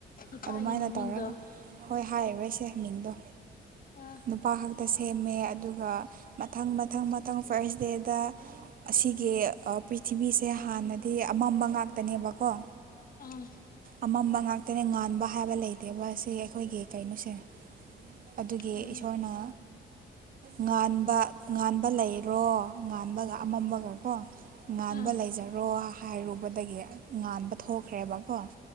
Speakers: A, on the left (about 45°); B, on the right (about 45°).
A: ꯅꯨꯄꯥꯒꯤ
B: ꯑꯗꯨꯃꯥꯏꯅ
A: ꯃꯃꯤꯡꯗꯣ
B: ꯇꯧꯔꯒ ꯍꯣꯏ ꯍꯥꯏꯔꯣꯏꯁꯦ ꯃꯤꯡꯗꯣ
A: ꯑꯥ
B: ꯅꯨꯄꯥ ꯈꯛꯇ ꯁꯦꯝꯃꯦ ꯑꯗꯨꯒ ꯃꯊꯪ ꯃꯊꯪ ꯃꯊꯪ ꯐꯥꯔꯁ ꯗꯦꯗ ꯑꯁꯤꯒꯤ ꯄ꯭ꯔꯤꯊꯤꯕꯤꯁꯦ ꯍꯥꯟꯅꯗꯤ ꯑꯃꯝꯕ ꯉꯥꯛꯇꯅꯦꯕꯀꯣ꯫
A: ꯑꯥ
B: ꯑꯃꯝꯕ ꯉꯥꯛꯇꯅꯦ ꯉꯥꯟꯕ ꯍꯥꯏꯕ ꯂꯩꯇꯦꯕ ꯑꯁꯤ ꯑꯩꯈꯣꯏꯒꯤ ꯀꯩꯅꯣꯁꯦ ꯑꯗꯨꯒꯤ
A: ꯑꯥ
B: ꯏꯁꯣꯔꯅ ꯉꯥꯟꯕ-ꯉꯥꯟꯕ ꯂꯩꯔꯣ ꯉꯥꯟꯕꯒ ꯑꯃꯝꯕꯒꯀꯣ ꯉꯥꯟꯕ
A: ꯑꯥ
B: ꯂꯩꯖꯔꯣ ꯍꯥꯏꯔꯨꯕꯗꯒꯤ ꯉꯥꯟꯕ ꯊꯣꯛꯈ꯭ꯔꯦꯕ꯫ ꯀꯣ